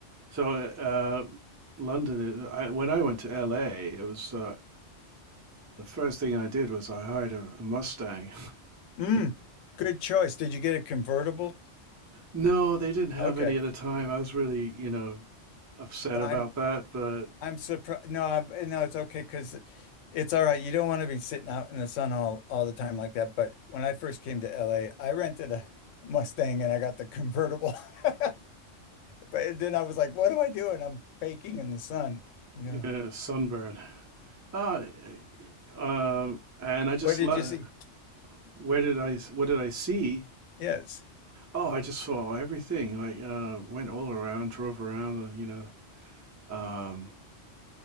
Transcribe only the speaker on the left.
Mm, good choice. Did you get a convertible?
Okay.
I'm
I'm surprised. No, I, no, it's okay because It's all right. You don't want to be sitting out in the sun all all the time like that. But when I first came to LA, I rented a Mustang and I got the convertible. <laughs> But then I was like, what am I doing? I'm baking in the sun, you know.
What did
you see?
Yes,